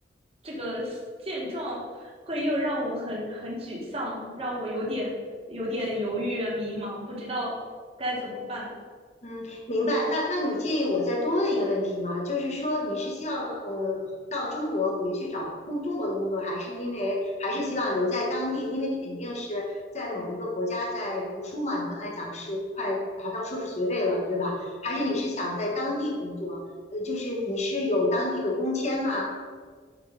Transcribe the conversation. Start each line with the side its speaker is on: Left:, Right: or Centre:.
Right: 这个现状会又让我很很沮丧，让我有点有点犹豫啊迷茫，不知道该怎么办。
Left: 嗯，明白。那那你介意我再多问一个问题吗？就是说你是希望呃到中国回去找工中国的工作，还是因为还是希望留在当地？因为你肯定是在某一个国家在读书嘛，你刚才讲是快拿到硕士学位了，对吧？还是你是想在当地工作？呃，就是你是有当地的工签吗？